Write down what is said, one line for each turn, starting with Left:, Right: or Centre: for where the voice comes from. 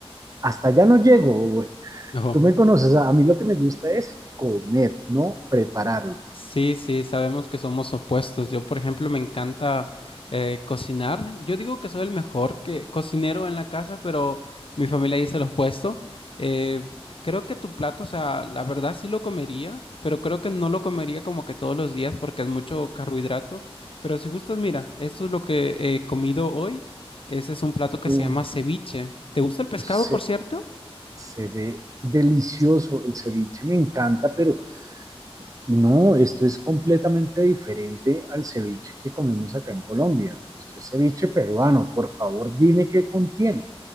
Right: Hasta allá no llego, Owen.
Left: <laughs> No.
Right: Tú me conoces, a a mí lo que me gusta es comer, no prepararlo.
Left: Sí, sí, sabemos que somos opuestos. Yo, por ejemplo, me encanta eh, cocinar. Yo digo que soy el mejor que, cocinero en la casa, pero mi familia dice lo opuesto. Eh, creo que tu plato, o sea, la verdad sí lo comería, pero creo que no lo comería como que todos los días porque es mucho carbohidrato. Pero si gustas, mira, esto es lo que he comido hoy. Ese es un plato que
Right: Uy,
Left: se llama ceviche. ¿Te gusta el pescado,
Right: se,
Left: por cierto?
Right: se ve delicioso, el ceviche me encanta, pero No, esto es completamente diferente al ceviche que comemos acá en Colombia. Esto es ceviche peruano. Por favor, dime qué contiene.